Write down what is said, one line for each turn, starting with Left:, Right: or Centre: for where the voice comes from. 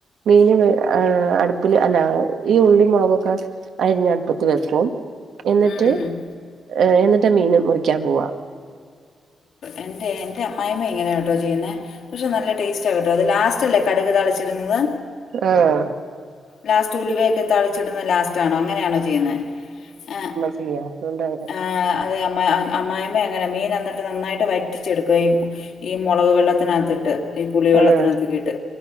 Right: മീന് വേ ഏ അടുപ്പില് അല്ല ഈ ഉള്ളി മൊളകൊക്കെ അരിഞ്ഞട്പ്പത്ത് വെക്കും എന്നിട്ട്
Left: ഉം
Right: ഏ എന്നിട്ട് മീന് മുറിക്കാൻ പോവാ
Left: എന്റെ എ് എന്റമ്മായിയമ്മ ഇങ്ങനെയാണ് ട്ടോ ചെയ്യുന്നെ പഷേ നല്ല ടേസ്റ്റ കെട്ടോ അത് ലാസ്റ്റല്ലേ കടുക് താളിച്ചിടുന്നത്
Right: ആഹ്
Left: ലാസ്റ്റ് ഉലുവയൊക്കെ താളിച്ചിടുന്നെ ലാസ്റ്റാണോ അങ്ങനെയാണോ ചെയ്യുന്നെ എ
Right: ചിയ അതുകൊണ്ടാ
Left: ആഹ് അത് അമ്മ അ അമ്മായമ്മങ്ങന മീൻ എന്നിട്ട് നന്നായിട്ട് വറ്റിച്ചെടുക്കുകയും ഈ മൊളക് വെള്ളത്തിനകത്തിട്ട് ഈ പുളി വെള്ളത്തിനകത്തൊക്കെയിട്ട്
Right: ആഹ്